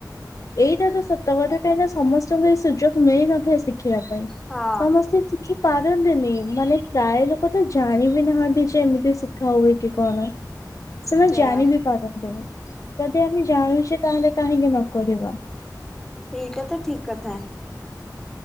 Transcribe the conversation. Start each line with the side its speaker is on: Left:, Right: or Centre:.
Left: ଏଇଟା ତ ସତ କଥା କାହିଁକି ନା ସମସ୍ତଙ୍କୁ ଏ ସୁଯୋଗ ମିଳିନଥାଏ ଶିଖିବା ପାଇଁ।
Centre: ହଁ
Left: ସମସ୍ତେ ଶିଖି ପାରନ୍ତିନି ମାନେ ପ୍ରାୟ ଲୋକ ତ ଜାଣିବି ନାହାନ୍ତି ଯେ ଏମିତି କିଛି ଶିଖା ହୁଏ କି କଣ ‌। ସେମାନେ
Centre: ସେଇଆ
Left: ଜାଣ ବି ପାରନ୍ତିନ୍ତିମି ଯଦି ଆମେ ଜଣୁଛେ ତାହେଲେ। କାହିଁକି ନକରିବା।
Centre: ସେଇ କଥା ଠିକ କଥା।